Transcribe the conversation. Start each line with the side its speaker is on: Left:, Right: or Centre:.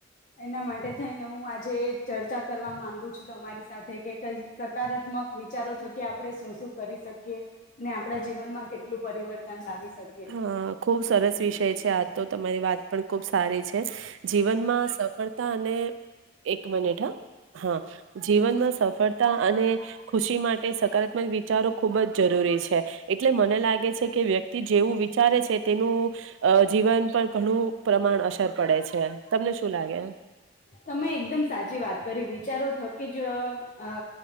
Left: એના માટે થઈને હું આજે ચર્ચા કરવા માંગુ છું તમારી સાથે કે સકારાત્મક વિચારો થકી આપણે શું શું કરી શકીએ ને આપણા જીવન માં કેટલું પરિવર્તન લાવી શકીએ
Right: હા ખુબ સરસ વિષય છે આ તો તમારી વાત પણ ખુબ સારી છે. જીવનમાં સફળતા અને એક મનીટ હ હા જીવનમાં સફળતા અને ખુશી માટે સકારાત્મક વિચારો ખુબ જ જરૂરી છે એટલે મને કે વ્યક્તિ જેવું વિચારે છે તેનું અ જીવન પણ ઘણું પ્રમાણ અસર પડે છે તમને શું લાગે
Left: તમે એકદમ સાચી વાત કરી વિચારો થકી જ અ